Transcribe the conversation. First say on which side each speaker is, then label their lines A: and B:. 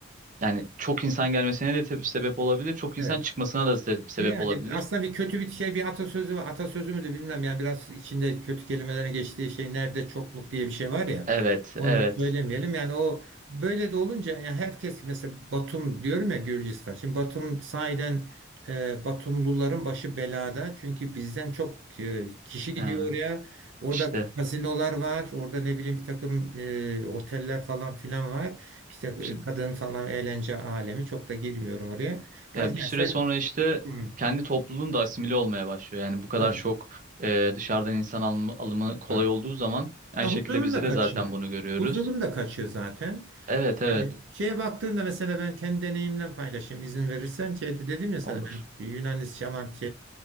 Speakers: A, on the right; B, on the right.
A: yani çok insan gelmesine de tep- sebep olabilir. Çok insan
B: Evet.
A: çıkmasına da se- sebep
B: Yani
A: olabilir.
B: aslında bir kötü bir şey bir atasözü var. Atasözü mü de bilmem yani biraz içinde kötü kelimelerin geçtiği şey nerede çokluk diye bir şey var ya.
A: Evet,
B: Onu
A: evet.
B: söylemeyelim. Yani o böyle de olunca yani herkes mesela Batum diyorum ya Gürcistan. Şimdi Batum sahiden e, Batumluların başı belada. Çünkü bizden çok e, kişi gidiyor
A: Ha,
B: oraya. Orada
A: işte,
B: kazinolar var. Orada ne bileyim bir takım e, oteller falan filan var. İşte e,
A: işte
B: kadın falan eğlence alemi. Çok da girmiyorum oraya. Yani
A: ya bir süre
B: sen
A: sonra işte
B: Hı.
A: kendi topluluğun da asimile olmaya başlıyor. Yani bu kadar
B: Doğru.
A: çok e, dışarıdan insan alımı, alımı kolay
B: Doğru.
A: olduğu zaman aynı
B: Ya
A: şekilde
B: huzurun
A: bizde
B: da
A: de
B: kaçıyor.
A: zaten bunu görüyoruz.
B: Huzurun da kaçıyor zaten.
A: Evet,
B: Yani
A: evet.
B: şeye baktığında mesela ben kendi deneyimden paylaşayım izin verirsen. Şeyde dedim ya sana
A: Olur.
B: ben Yunanistan'a